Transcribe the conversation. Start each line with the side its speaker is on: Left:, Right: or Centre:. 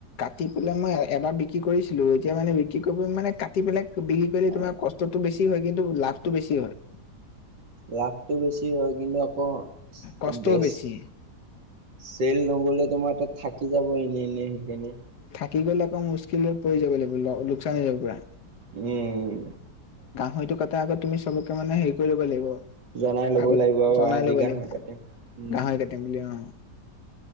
Left: কাটি পেলাই মই এবাৰ বিক্ৰী কৰিছিলোঁ, এতিয়া মানে বিক্ৰী কৰিব মানে কাটি পেলাই বিক্ৰী কৰিলে
Right: এ
Left: তোমাৰ কষ্টটো বেছি হয়, কিন্তু লাভটো বেছি হয়।
Right: লাভটো বেছি হয় কিন্ত আকৌ <unintelligible>
Left: কষ্টও বেছি
Right: চেল ন'গলে তোমাৰ তাত থাক থাকি যাব ইনে ইনেই সেইখিনি
Left: <unintelligible> গ'লে আকৌ মুস্কিলত পৰি যাব লাগিব, লোকচান হৈ যাব পুৰা।
Right: উম'
Left: হয়টো কটা আগত তুমি চবকে মানে হেৰি কৰি ল'ব লাগিব
Right: জনাই ল'ব
Left: আগত
Right: লাগিব আৰু
Left: জনাই
Right: আজি
Left: ল'ব
Right: গাহৰি
Left: লাগিব,
Right: কাটিম উম
Left: গাহৰি কাটিম বুলি অ'।